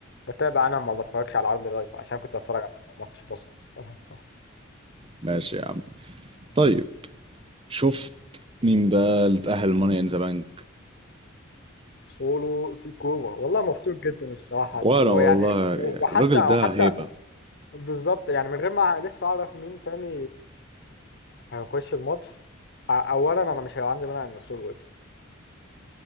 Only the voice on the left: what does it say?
بتابع انا ما بتفرجش على عرض لايف عشان كنت اتفرج على ماتش بسيط الصراحة <laughs>
سولو سيكوبا والله مبسوط جدا الصراحة
ويعني
وحتى او
حتى
بالظبط يعني من غير ما لسه اعرف مين تاني هيخش الماتش أ- اولا انا مش هيبقى عندي مانع ان ارسنال يكسب